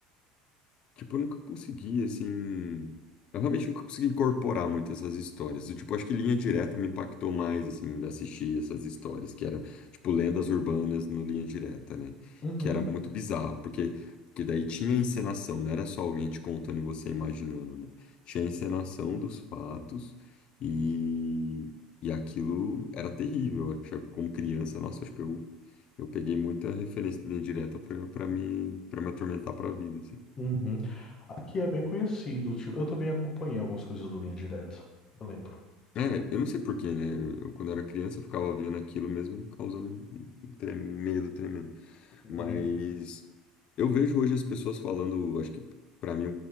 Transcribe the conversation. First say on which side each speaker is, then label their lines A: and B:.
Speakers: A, on the left (about 45°); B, on the left (about 30°).
A: Tipo, eu nunca consegui, assim. Eu realmente nunca consegui incorporar muito essas histórias. Eu, tipo, acho que Linha Direta me impactou mais, assim, assistir essas histórias, que era, tipo, lendas urbanas no Linha Direta, né?
B: Uhum.
A: Que era muito bizarro, porque, porque daí tinha encenação, não era só alguém te contando e você imaginando, né? Tinha a encenação dos fatos e, e aquilo era terrível. Eu achava que como criança, nossa, acho que eu, eu peguei muita referência de Linha Direta pra, pra me, pra me atormentar pra vida, assim.
B: Uhum. Aqui é bem conhecido. tipo, eu também acompanhei algumas coisas do Linha Direta. Eu lembro.
A: É, eu não sei porquê, né? Eu, quando era criança, eu ficava vendo aquilo mesmo, me causando um um trem- medo tremendo.
B: Uhum.
A: Mas eu vejo hoje as pessoas falando, acho que para mim